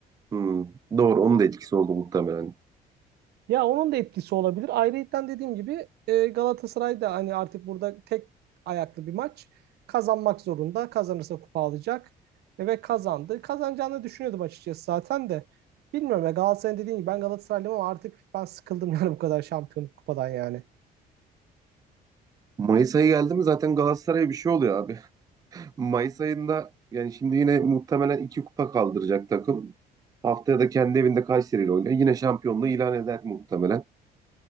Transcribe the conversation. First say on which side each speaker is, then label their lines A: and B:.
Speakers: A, on the right; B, on the right.
A: Hmm. Doğru onun da etkisi oldu muhtemelen.
B: Ya onun da etkisi olabilir. Ayrıyeten dediğim gibi e, Galatasaray da hani artık burada tek ayaklı bir maç. Kazanmak zorunda. Kazanırsa kupa alacak. E, ve kazandı. Kazanacağını düşünüyordum açıkçası zaten de. Bilmiyorum ya Galatasaray'ın dediğim gibi ben Galatasaraylıyım ama artık ben sıkıldım <laughs> yani bu kadar şampiyonluk kupadan yani.
A: Mayıs ayı geldi mi zaten Galatasaray'a bir şey oluyor abi. Mayıs ayında yani şimdi yine muhtemelen iki kupa kaldıracak takım. Haftaya da kendi evinde Kayseri ile oynuyor. Yine şampiyonluğu ilan eder muhtemelen.